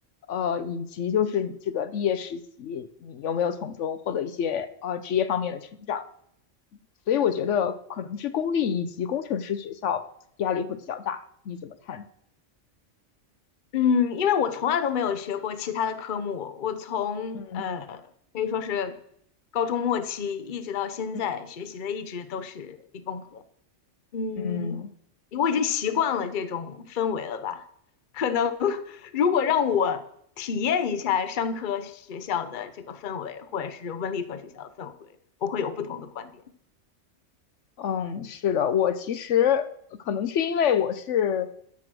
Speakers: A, on the left; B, on the left.
A: 呃，以及就是你这个毕业实习，你有没有从中获得一些呃职业方面的成长。所以我觉得可能是公立以及工程师学校压力会比较大，你怎么看呢？
B: 嗯，因为我从来都没有学过其他的科目，我从呃可以说是
A: 嗯
B: 高中末期一直到现在学习的一直都是理工科。
A: 嗯
B: 嗯，
A: 嗯
B: 我已经习惯了这种氛围了吧？可能 <laughs> 如果让我体验一下商科学校的这个氛围，或者是文理科学校的氛围，我会有不同的观点。
A: 嗯，是的，我其实可能是因为我是，